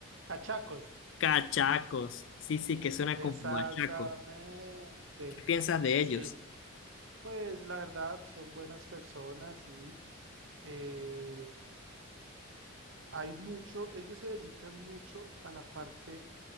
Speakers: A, on the right; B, on the left.
A: Cachacos.
B: Cachacos. Sí, sí, que suena
A: Exactamente.
B: como bachaco. ¿Qué piensas de
A: Sí,
B: ellos?
A: pues la verdad son buenas personas y eh, hay mucho, ellos se dedican mucho a la parte